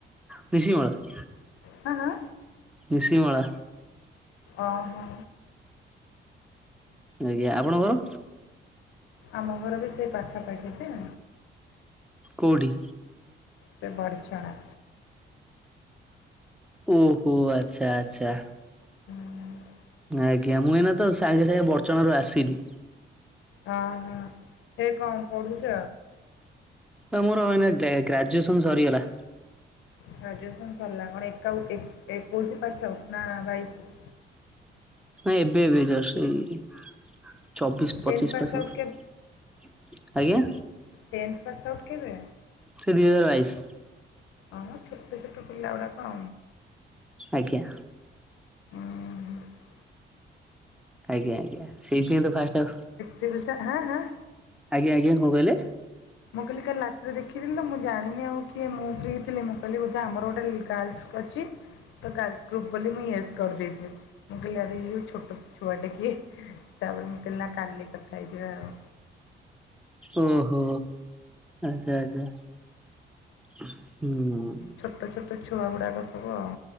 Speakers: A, in the centre; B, on the left.
A: କୃଷିମଳା
B: ହାଁ ହାଁ
A: କୃଷିମଳା
B: ଓହୋ
A: ଆଜ୍ଞା ଆପଣଙ୍କର
B: ଆମ ଘର ବି ସେଇ ପାଖାପାଖି ଯେ
A: କୋଉଠି
B: ସେ ବଡ଼ଚଣା
A: ଓହୋ ଆଚ୍ଛା ଆଚ୍ଛା
B: ହୁଁ
A: ଆଜ୍ଞା ମୁଁ ଏଇନା ତ ସାଙ୍ଗେ ସାଙ୍ଗେ ବଡ଼ଚଣାରୁ ଆସିଲି
B: ହଁ ହଁ ହେ କଣ ପଢୁଛ
A: ତ ମୋର ଏଇନା ଗ୍ରା ଗ୍ରାଜୁଏସନ ସରିଗଲା
B: ଗ୍ରାଜୁଏସନ୍ ସରିଲା ଏକା ଏକୋଇଶି ପାସ୍ ଆଉଟ ନା ବାଇଶ
A: ନା ନା ଏବେ ଏବେ ଜଷ୍ଟ ଏଇ ଚବିଶ
B: ଟେନ୍ଥ
A: ପଚିଶ
B: ପାସ୍
A: ପାର୍ଶକ
B: ଆଉଟ୍
A: ଆଜ୍ଞା
B: ଟେନ୍ ପାସ୍ ଆଉଟ୍ କେବେ
A: ସେ ଦିଇ ହଜାର ବାଇଶ
B: ଓ ହୋ ଛୋଟ ଛୋଟ ପିଲ ଗୁଡ଼ାକ
A: ଆଜ୍ଞା।
B: ହୁଁ।
A: ଆଜ୍ଞା ଆଜ୍ଞା ସେଇଥିପାଇଁ ତ ଫାଷ୍ଟ ଅଫ୍
B: ତିରିଶି ଟା ହାଁ ହାଁ।
A: ଆଜ୍ଞା ଆଜ୍ଞା କ କହିଲେ?
B: ମୁଁ କହିଲି କାଲି ରାତିରେ ଦେଖିଥିଲି ତ ମୁଁ ଜାଣିନି ଆଉ କିଏ ମୁଁ ଫ୍ରି ଥିଲି ମୁଁ କହିଲି ବୋଧେ ଆମର ଗଟେ ଗାର୍ଲସ। ଅଛି। ତ ଗାର୍ଲସ୍ ଗ୍ରୁପ୍ ବୋଲି ମୁଁ ୟସ୍ କରିଦେଇଥିଲି ମୁଁ କହିଲି ଆରେ ଇଏ ଛୋଟ ଛୁଆଟା କିଏ? ତାପରେ ମୁଁ କହିଲି ନା କାଲି କଥା ହେଇଯିବ ଆଉ।
A: ଓହୋ ଆଚ୍ଛା ଆଚ୍ଛା। ହୁଁ।
B: ଛୋଟ ଛୋଟ ଛୁଆ ଗୁଡ଼ାକ ସବୁ ଆଉ।